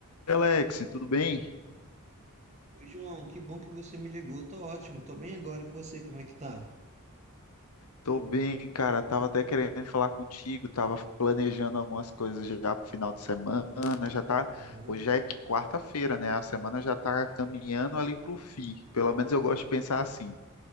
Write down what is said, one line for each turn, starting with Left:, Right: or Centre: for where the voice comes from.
Left: Alex, tudo bem?
Right: Oi, João, que bom que você me ligou. Tô ótimo, tô bem agora e com você, como é que tá?
Left: Tô bem, cara. Tava até querendo falar contigo, tava planejando algumas coisas já pro final de semana. Já tá,
Right: Aham,
Left: hoje já é que- quarta-feira, né? A semana já tá caminhando ali pro fim. Pelo menos eu gosto de pensar assim.